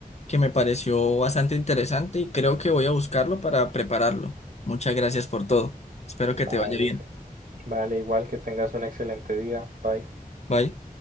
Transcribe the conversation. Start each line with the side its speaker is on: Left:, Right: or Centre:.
Left: que me pareció bastante interesante y creo que voy a buscarlo para prepararlo. Muchas gracias por todo. Espero
Right: Vale,
Left: que te vaya bien.
Right: sí. Vale, igual que tengas un excelente día. Bye.
Left: Bye.